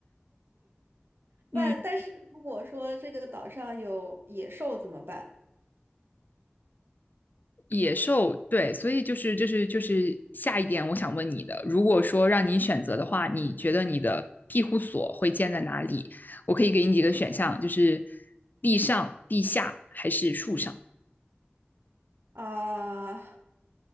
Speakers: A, on the right; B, on the left.
A: 那但是如果说这个岛上有野兽怎么办？
B: 嗯，野兽，对，所以就是这、是就是下一点，我想问你的，如果说让你选择的话，你觉得你的庇护所会建在哪里？我可以给你几个选项，就是地上、地下还是树上？
A: 啊，